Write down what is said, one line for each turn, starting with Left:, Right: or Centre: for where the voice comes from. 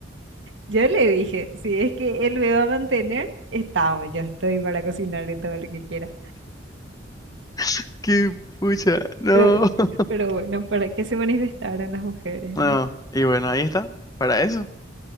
Right: Yo le dije, si es que él me va a mantener, estamos, yo estoy para cocinarle todo lo que quiera.
Left: <laughs> Qué pucha. No.
Right: Pero,
Left: <laughs>
Right: pero bueno, ¿para qué se manifestaron las mujeres, verdad?
Left: No. Y bueno, ahí está. Para eso.